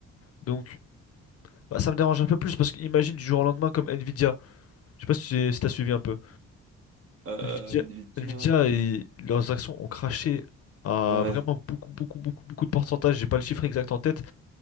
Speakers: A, on the left; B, on the right.
A: Donc, bah, ça me dérange un peu plus parce qu'imagine du jour au lendemain comme Nvidia. Je sais pas si, tu as suivi un peu.
B: Euh,
A: Nvidia,
B: Nvidia,
A: Nvidia et leurs actions ont craché à
B: ouais.
A: vraiment beaucoup, beaucoup, beaucoup, beaucoup de pourcentage. J'ai pas le chiffre exact en tête,